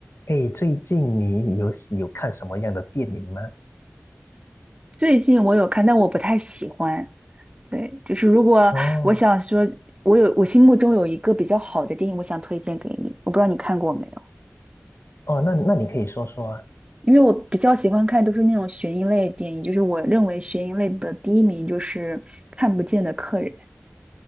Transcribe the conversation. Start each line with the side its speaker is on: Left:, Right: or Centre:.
Left: 哎，最近你有有看什么样的电影吗？
Right: 最近我有看，但我不太喜欢。对，就是如果我想说，
Left: 哦
Right: 我有我心目中有一个比较好的电影，我想推荐给你。我不知道你看过没有，
Left: 哦，那那你可以说说啊。
Right: 因为我比较喜欢看都是那种悬疑类的电影，就是我认为悬疑类的第一名就是《看不见的客人》，